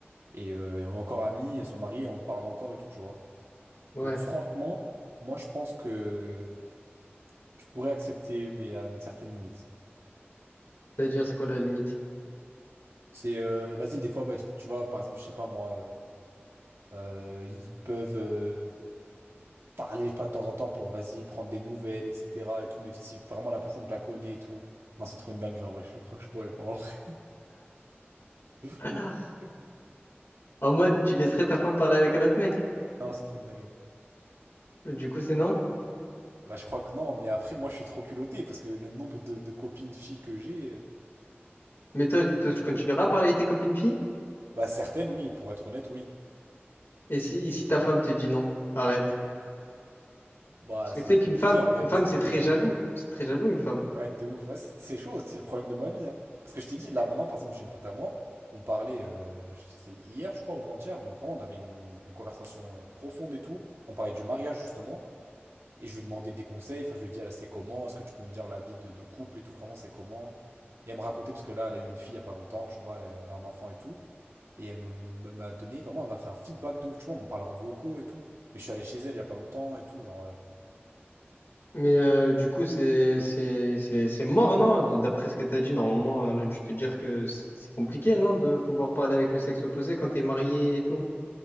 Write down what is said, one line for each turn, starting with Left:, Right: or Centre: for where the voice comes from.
Right: Et, euh, et on est encore amis, et sont mariées, et on parle encore et tout, tu vois.
Left: Ouais,
Right: Donc franchement, moi je pense que je pourrais accepter, mais à une certaine limite.
Left: c'est-à-dire c'est quoi la limite?
Right: C'est, euh, vas-y, des fois, bah, tu tu vois, par exemple, je sais pas moi, euh, euh, ils peuvent euh, parler, je sais pas, de temps en temps pour, vas-y, prendre des nouvelles, etc. et tout, mais si vraiment la personne, je la connais et tout. Non, c'est trop une dinguerie en vrai, je crois que je pourrais pas en vrai. <laughs>
Left: <laughs> En mode, tu laisserais ta femme parler avec un autre mec.
Right: Non, c'est trop une dinguerie.
Left: Du coup, c'est non.
Right: Bah, je crois que non, mais après, moi, je suis trop culotté parce que le nombre de, de copines filles que j'ai, euh,
Left: Mais toi, toi, tu continueras à parler avec tes copines filles?
Right: bah, certaines, oui, pour être honnête, oui.
Left: Et si, et si ta femme te dit non, arrête.
Right: Bah,
Left: Parce que
Right: ça
Left: tu sais
Right: va être
Left: qu'une
Right: compliqué
Left: femme,
Right: en vrai,
Left: une
Right: parce
Left: femme,
Right: que.
Left: c'est très jaloux. C'est très jaloux, une femme.
Right: Ouais, t'es ouf. Ouais, c'est c'est chaud, c'est le problème de ma vie. hein. Parce que je t'ai dit, là, maintenant, par exemple, j'ai une pote à moi. On parlait, euh, je- c'était hier, je crois, ou avant-hier. mais vraiment, on avait une, une conversation euh, profonde et tout. On parlait du mariage, justement. Et je lui demandais des conseils. Enfin, je lui ai dit, Ah, c'est comment? Est-ce que tu peux me dire la vie de, de couple et tout? Vraiment, c'est comment? Et elle me racontait, parce que là, elle a eu une fille il y a pas longtemps, tu vois, elle a un enfant et tout. Et elle m- m- m'a donné, vraiment, elle m'a fait un feedback de ouf. Tu vois, on parlait en vocaux et tout. Mais je suis allé chez elle il y a pas longtemps et tout. Genre, euh,
Left: Mais euh, du coup, c'est c'est- c'est- c'est mort, non? De- D'après ce que t'as dit, normalement, elle a dû te dire que c'est c'est compliqué, non? De pouvoir parler avec le sexe opposé quand t'es marié et tout.